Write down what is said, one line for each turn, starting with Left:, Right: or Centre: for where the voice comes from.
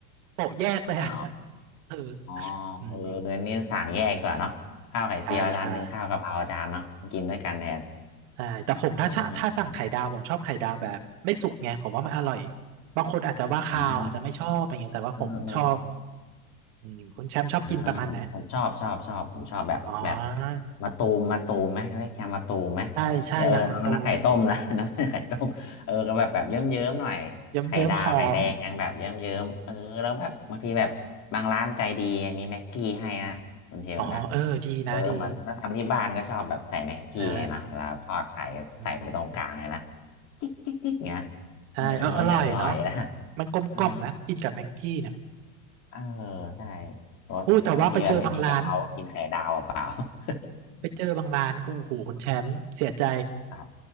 Right: โปะแยกเลยอะ
Left: อ๋อ
Right: <laughs> เออ
Left: อ๋อ
Right: อืม
Left: เออเงินนี้สั่งแยกดีกว่าเนาะข้าวไข่เจียวจานหนึ่งข้าวกะเพราจานเนาะกินด้วยกันแทน
Right: ใช่ใช่ใช่แต่ผมถ้าชะถ้าสั่งไข่ดาวผมชอบไข่ดาวแบบไม่สุกไงผมว่ามันอร่อย
Left: เออ
Right: บางคนอาจจะว่าคาวอาจจะไม่ชอบอะไรเงี้ยแต่ว่าผมชอบ
Left: อ่าเออเออ
Right: อืมคุณแชมป์ชอบกินประมาณไหน
Left: อ่าผมผมชอบชอบชอบผมชอบแบบแบบ
Right: อ๋อ
Left: มาตูมมาตูมไหมเรียกแกมาตูมไหม
Right: ใช่ใช่ยางมะตูม
Left: เออมันน้ำไข่ต้มนะ <laughs> น้ำไข่ต้มเออก็แบบแบบเยิ้มเยิ้มหน่อยไข่ดาวไข่แดงยังแบบเยิ้มเยิ้มเออแล้วแบบบางทีแบบบางร้านใจดีมีแม็กกี้ให้นะคุณเชียวนะ
Right: เยิ้มเยิ้มหอมอ๋อเออดีนะดี
Left: เออเหมันถ้าทำที่บ้านก็ชอบแบบใส่แม็กกี้ไงนะเวลาทอดไข่ใส่ไปตรงกลางเลยนะ
Right: ใช่อืม
Left: จิ๊กจิ๊กจิ๊กเนี้ย
Right: ใช่เอออร่อยเนาะ
Left: เอออร่อยนะ
Right: มันกลมกล่อมนะกินกับแม็กกี้เนี่ย
Left: เออ เออใช่รสบางทีแบบไม่มีกะเพราก็กินไข่ดาวเปล่า
Right: อู้แต่ว่าไปเจอบางร้าน
Left: <laughs>
Right: ไปเจอบางร้านก็โอ้โหคุณแชมป์เสียใจ
Left: ๆครับ